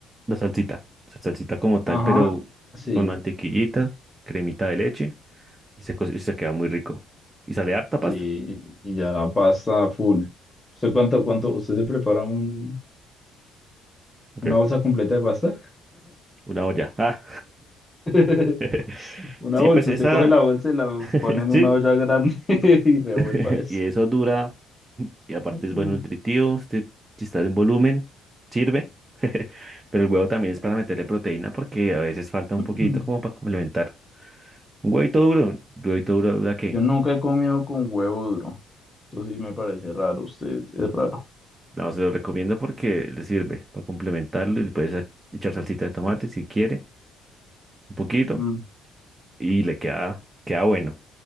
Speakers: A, on the right (about 20°); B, on the left (about 15°).
A: la salsita. La salsita como tal,
B: Ajá,
A: pero
B: sí.
A: con mantequillita, cremita de leche y se, co- y se queda muy rico. Y sale harta
B: Sí,
A: pasta.
B: y ya la pasta full. ¿Usted cuánto, cuánto, usted se prepara un,
A: Ok,
B: una bolsa completa de pasta?
A: una olla. Ah.
B: <laughs>
A: <laughs>
B: Una
A: Sí,
B: bolsa,
A: pues esa,
B: usted coge la bolsa y la
A: <laughs>
B: pone en
A: sí,
B: una olla grande <laughs> y revuelva
A: <laughs>
B: eso.
A: y eso dura. Y aparte
B: <clears throat>
A: es bueno nutritivo, usted, si está en volumen, sirve. <laughs> Pero el huevo también es para meterle proteína porque a veces falta un poquito
B: Mm.
A: como para complementar. Un huevito duro, un huevito duro, ¿verdad
B: Yo nunca he comido con huevo duro. Eso sí me parece raro, usted es raro.
A: No, se lo recomiendo porque le sirve para complementarlo y le puedes a- echar salsita de tomate si quiere, un poquito,
B: Mm,
A: y le queda, queda bueno.